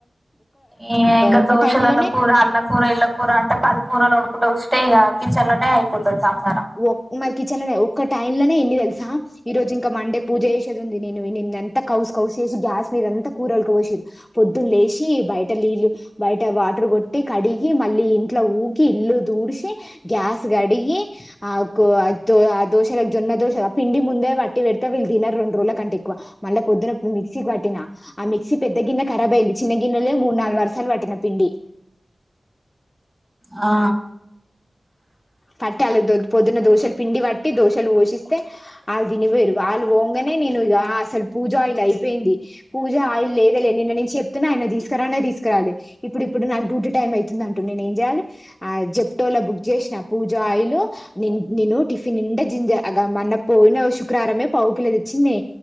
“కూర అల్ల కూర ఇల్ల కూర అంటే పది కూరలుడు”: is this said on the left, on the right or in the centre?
Right